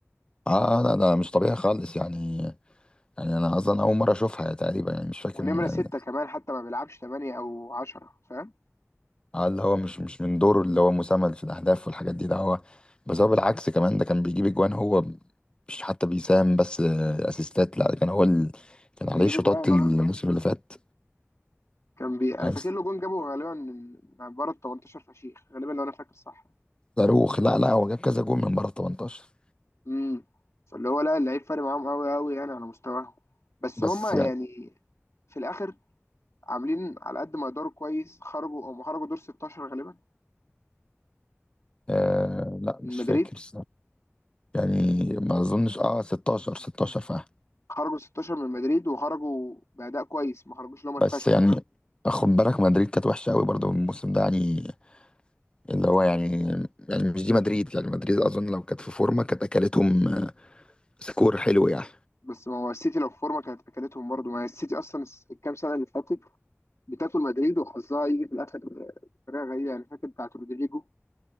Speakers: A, on the left (about 20°); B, on the left (about 80°).
A: اه لا ده مش طبيعي خالص يعني يعني انا اصلا اول مره اشوفها يعني تقريبا يعني مش فاكر
B: ونمرة
A: إن-
B: ستة كمان حتى ما بيلعبش تمانية أو عشرة فاهم
A: اه اللي هو مش مش من دوره اللي هو مساهم في الاهداف والحاجات دي ده هو بس هو بالعكس كمان ده كان بيجيب اجوان هو مش حتى بيساهم بس آه، اسيستات لا ده كان هو ال... كان
B: بيجيب
A: عليه شوطات
B: جوان
A: الموسم
B: اه
A: اللي فات
B: كان بي أنا
A: يعني
B: فاكر له جون جابه غالبا من من بره ال 18 فشيخ غالبا لو أنا فاكر صح
A: صاروخ لا لا هو جاب كذا جول من بره 18
B: امم فاللي هو لا اللعيب فارق معاهم أوي أوي يعني على مستواهم بس
A: بس
B: هما
A: يعني
B: يعني في الآخر عاملين على قد ما يقدروا كويس خرجوا هم خرجوا دور 16 غالبا
A: آه لا
B: من
A: مش
B: مدريد
A: فاكر الصراحة. يعني ما اظنش اه 16 16 فعلا
B: خرجوا 16 من مدريد وخرجوا بأداء كويس ما خرجوش اللي هم اتفشخوا
A: بس يعني
B: فاهم
A: خد بالك مدريد كانت وحشه قوي برضو الموسم ده يعني اللي هو يعني يعني مش دي مدريد يعني مدريد اظن لو كانت في فورمه كانت اكلتهم سكور حلو يعني
B: بس ما هو السيتي لو في فورمه كانت اكلتهم برضه ما هي السيتي اصلا الس- الكام سنه اللي فاتت بتاكل مدريد وحظها يجي في الاخر بطريقه غريبه يعني فاكر بتاعت رودريجو